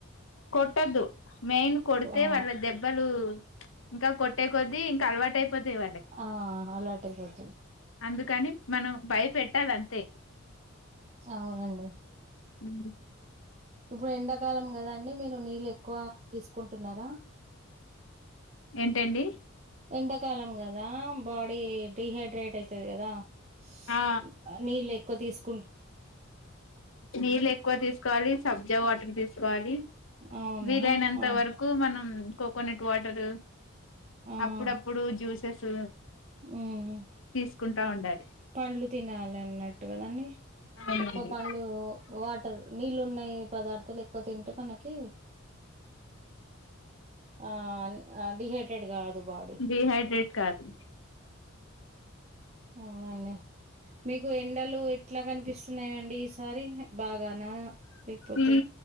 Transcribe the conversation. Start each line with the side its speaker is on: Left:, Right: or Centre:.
Left: కొట్టదు మెయిన్ కొడితె
Right: ఆ
Left: వాళ్ళ దెబ్బలు ఇంకా కొట్టే కొద్దీ ఇంకా అలవాటైపోతాయ్ వాళ్ళకి
Right: ఆ అలవాటు అయిపోతుంది
Left: అందుక్ కానీ మనం భయపెట్టాలి అంతే
Right: అవునండి
Left: మ్
Right: ఇప్పుడు ఎండాకాలం కదా అండి మీరు నీళ్ళు ఎక్కువ తీసుకుంటున్నారా
Left: ఎంటేంటి
Right: ఎండకాలం కదా బాడీ డిహైడ్రేట్ అయితది కదా స్
Left: ఆ
Right: అబ్బా నీళ్ళు ఎక్కువ తీసుకు
Left: నీళ్ళు ఎక్కువ తీసుకోవాలి సబ్జా వాటర్ తీసుకోవాలి
Right: అవునా
Left: వీలైనంత
Right: ఆ
Left: వరకు మనం కోకోనట్ వాటరు
Right: ఆ
Left: అప్పుడప్పుడు జ్యూసెస్
Right: ఉమ్
Left: తీసుకుంటా ఉండాలి
Right: పండ్లు తినాలి అన్నట్టు కదండీ
Left: అవునండి
Right: ఎక్కువ పండ్లు వాటర్ నీళ్ళు ఉన్నాయి పదార్ధాలు ఎక్కువ తింటే మనకి ఆ ఆ డిహైట్రేడ్ కాదు బాడీ
Left: డిహైడ్రేట్ కాదు
Right: అవునండి మీకు ఎండలు ఎట్లా కనిపిస్తున్నాయిండి ఒకసారి బాగానా లేకపోతే
Left: ఈ